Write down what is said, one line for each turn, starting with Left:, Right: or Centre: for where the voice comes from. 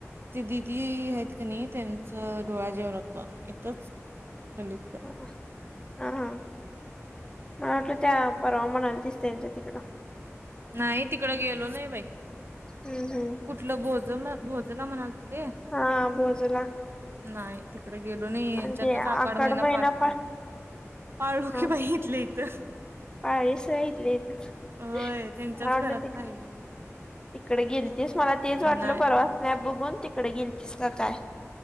Right: ते दिदी आहेत का नाही त्यांचं डोळा जेवण होतं इथच गल्लीतलं
Left: ह हां मला वाटलं ते परावा म्हणालतीस त्यांच्या इकड
Right: नाही तिकडं गेलो नाही बाई
Left: हम् हम्
Right: कुठलं भोज भोजला म्हणाल्ती ते
Left: हा भोजला
Right: नाही तिकडे गेलो नाही यांच्यातच
Left: आणि ते
Right: आखड
Left: आकाड
Right: महिना पाठवला
Left: पा
Right: पाळू
Left: हा
Right: की बाई इथल्या इथं
Left: पाळीस राहिितले इथल्या इथंच
Right: होय त्यांच्याच
Left: मला
Right: घरात
Left: वाटलं तिक
Right: राहिले
Left: तिकडे गेल तेस मला तेच वाटलं
Right: नाही
Left: परवा नाही बघून तिकडे गेल तीस का काय